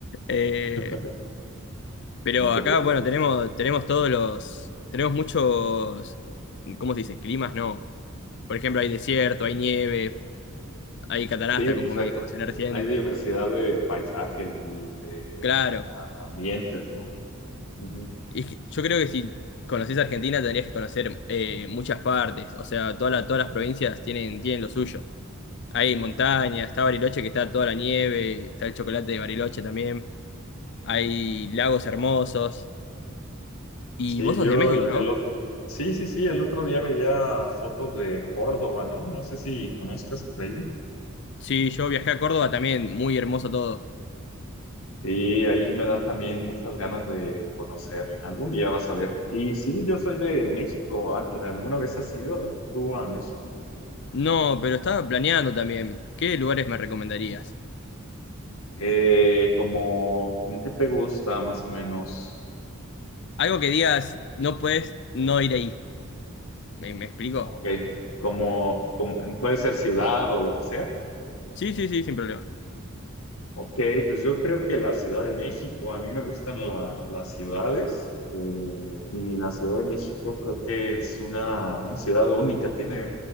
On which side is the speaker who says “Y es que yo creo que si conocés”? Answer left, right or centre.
Left